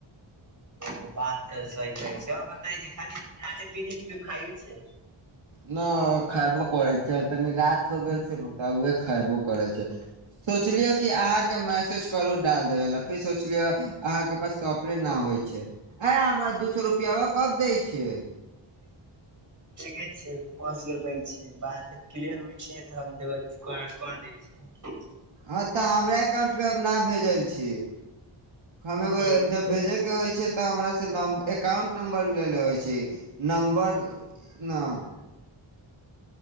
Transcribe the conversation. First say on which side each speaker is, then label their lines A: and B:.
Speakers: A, on the right (about 40°); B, on the right (about 70°).
A: ओ बात तऽ सही कहै छै आओर बता छै खाली खाते पीते कुछो खाइयो छै।
B: न खैबो करै छियै तनि रात हो गेल छै ने तऽ उहे खैबो करै छियै। सोचलि य की अहाँके मैसेज करु डाल देबे ला फिर सोचलि य अहाँके पास तऽ अपने न होइ छै ऐ हमरा दू सौ रुपयाबा कब दै छै।
A: देखै छियै फँस गेल बैंक छियै। बात <inaudible> क्लियर होइ छै तऽ हम देब कर दै छी
B: हँ तऽ हमरा एकाउंट मे अब न भेजै छी हम एगो
A: ठीक
B: जब
A: छै
B: भेजै के होइ छै तऽ हमरा से एकाउंट नंबर ले लेबै छी नंबर न